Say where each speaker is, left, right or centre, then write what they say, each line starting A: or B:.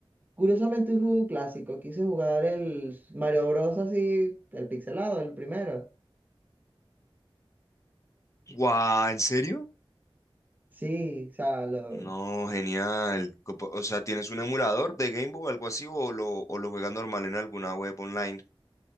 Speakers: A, on the right; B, on the left.
A: curiosamente hoy jugué un clásico, quise jugar el Mario Bros. así, el pixelado, el primero.
B: ¡Guau! ¿En serio?
A: Sí, o sea, lo-
B: No, genial. Co- O sea, ¿tienes un emulador de Game Boy o algo así o lo, o lo juegas normal en alguna web online?